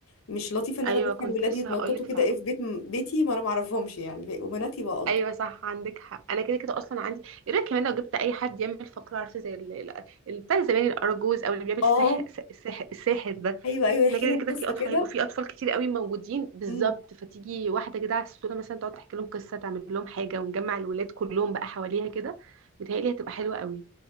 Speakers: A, on the left; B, on the right.
A: مش لطيفه ان
B: ايوه
A: انا ادخل
B: كنت
A: ولادي
B: لسه
A: يتنططوا
B: هقولك فعلا
A: كده ايه في بيت بيتي ما انا ما اعرفهمش يعني وبناتي بقى الطف
B: ايوه صح عندك حق انا كده كده اصلا عندي ايه رايك كمان لو جبت اي حد يعمل فقره عارفه زي ال- ال- ال- بتاع زمان الارجوز او اللي بيعمل
A: اه
B: سحر سحر الساحر ده
A: ايوه ايوه يحكي
B: احنا كده
A: لهم
B: كده
A: قصه
B: في اطفال
A: كده
B: هيبقوا في اطفال كتير قوي موجودين بالظبط
A: امم
B: فتيجي واحده كده على الصوره مثلا تقعد تحكي لهم قصه تعمل لهم حاجه ونجمع الولاد كلهم بقى حواليها كده متهيألي هتبقى حلوه قوي